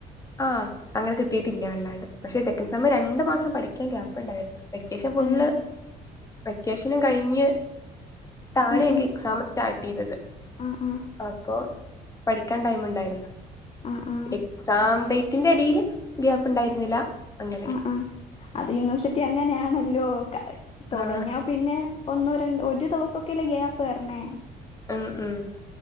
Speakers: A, on the left; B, on the left.
A: ആഹ് അങ്ങനെ കിട്ടീട്ടില്ല ല്ലേ പക്ഷെ സെക്കൻഡ് സെമ്മ് രണ്ടു മാസം പഠിക്കാൻ ഗ്യാപ് ഉണ്ടായിരുന്നു വെക്കേഷൻ ഫുള്ള്
B: തന്നെ
A: വെക്കേഷനും കഴിഞ്ഞ് തയെ
B: ഉം
A: എനിക്ക്
B: ഉം
A: എക്സാം സ്റ്റാർട്ട് ചെയ്തത്
B: ആ ആ
A: അപ്പൊ പഠിക്കാൻ ടൈം ഉണ്ടായിരുന്നു
B: ആ ആ
A: എക്സാം ഡേറ്റിന്റെ എടിൽ ഗ്യാപ്പ് ഉണ്ടായിരുന്നില്ല അങ്ങനെ
B: ആഹ് അത് യൂണിവേഴ്സിറ്റി അങ്ങനെയാണല്ലോ ക തൊടങ്ങിയ
A: ആ
B: പിന്നെ ഒന്നോ രണ്ടോ ഒരു ദിവസൊക്കെല്ലേ ഗ്യാപ്പ് തരണേ
A: ഉം ഉം